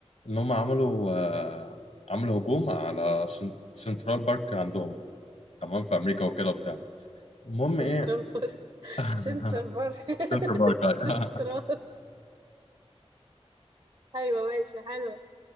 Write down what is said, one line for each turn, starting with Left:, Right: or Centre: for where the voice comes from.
Left: ان هم عملوا آه، عملوا هجوم على سن- سنترال بارك عندهم تمام في امريكا وكده وبتاع المهم
Right: سنترال
Left: ايه
Right: بارك <laughs>
Left: <laughs>
Right: سنترال بارك <laughs>
Left: سنترال بارك أيوة.
Right: سنترال ايوه ماشي حلوة